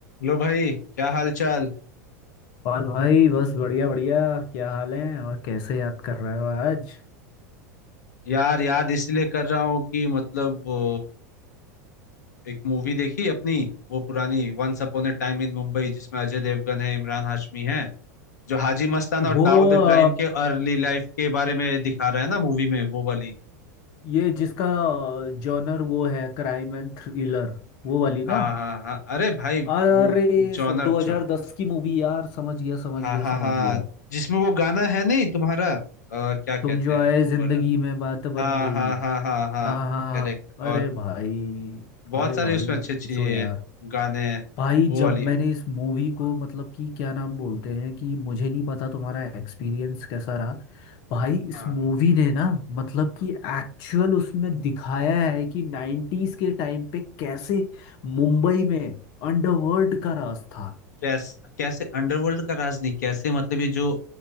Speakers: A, on the left (about 75°); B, on the left (about 55°).
A: लो भाई क्या हाल चाल
B: और भाई बस बढ़िया बढ़िया क्या हाल है और कैसे याद कर रहे हो आज
A: यार याद इसलिए कर रहा हूँ कि मतलब वो एक मूवी देखी अपनी वो पुरानी once upon a time in Mumbai जिसमें अजय देवगन है इमरान हाशमी है जो हाजी मस्तान और
B: वो
A: दाऊद इब्राहिम
B: अ,
A: के अर्ली लाइफ के बारे में दिखा रहा है ना मूवी में वो वाली
B: ये जिसका जॉनर वो है क्राइम एंड थ्रिलर वो वाली
A: हाँ
B: ना
A: हाँ हाँ अरे भाई
B: अरे
A: वो जॉनर
B: सब दो
A: छ
B: हजार दस की मूवी यार समझ गया समझ
A: हाँ
B: गया
A: हाँ
B: समझ
A: हाँ
B: गया
A: जिसमें वो गाना है नहीं तुम्हारा अ, क्या कहते
B: तुम जो
A: हैं
B: आए
A: वो
B: जिंदगी
A: वाला
B: में बात बन
A: हाँ
B: गई
A: हाँ हाँ हाँ हाँ
B: हाँ हाँ हाँ
A: करेक्ट और
B: अरे भाई
A: बहुत
B: अरे
A: सारे
B: भाई
A: उसमें
B: मत
A: अच्छे अच्छे
B: पूछो
A: ये
B: यार
A: गाने हैं
B: भाई
A: वो
B: जब
A: वाली
B: मैंने इस मूवी को मतलब कि क्या नाम बोलते हैं कि मुझे नहीं पता तुम्हारा एक्सपीरियंस कैसा रहा भाई इस
A: हाँ
B: मूवी ने ना मतलब कि एक्चुअल उसमें दिखाया है कि 90s के टाइम पे कैसे मुंबई में अंडरवर्ल्ड का राज था
A: कैसे कैसे अंडरवर्ल्ड का राज नहीं कैसे मतलब ये जो